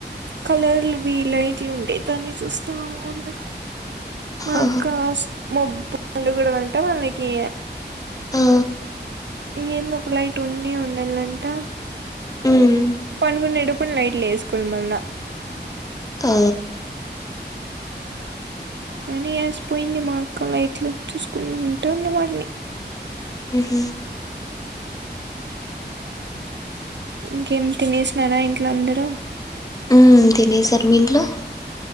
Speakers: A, on the right (about 75°); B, on the left (about 20°).
A: కలర్లువి లైట్లు ఉండే దాన్ని చూస్తా ఉన్నా మాక్క
B: ఆ
A: మబ్బ ఉండకూడదు అంటా వాళ్ళకి
B: ఆ
A: ఏందు ఒక లైట్ ఉండే ఉండాలంట
B: మ్మ్
A: పడుకొనేటప్పుడు లైట్ లేేసుకొని మల్ల
B: ఆ
A: కానీ వేసిపోయింది మా అక్క లైట్లు చూసుకుంటా ఉన్న వాటిని
B: హహ
A: ఇంకేం తినేసినారా ఇంట్లో అందరూ
B: ఉ తినేసార్ మీ ఇంట్లో